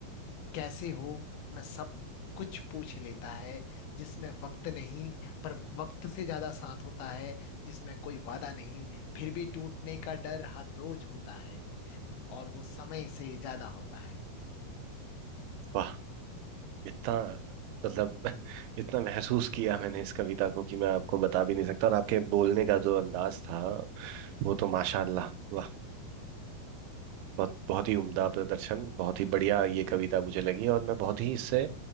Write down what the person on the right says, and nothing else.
वाह इतना मतलब <laughs> इतना महसूस किया मैंने इस कविता को कि मैं आपको बता भी नहीं सकता और आपके बोलने का जो अंदाज था वो तो माशाल्लाह वाह बहुत बहुत ही उम्दा प्रदर्शन बहुत ही बढ़िया ये कविता मुझे लगी और मैं बहुत ही इससे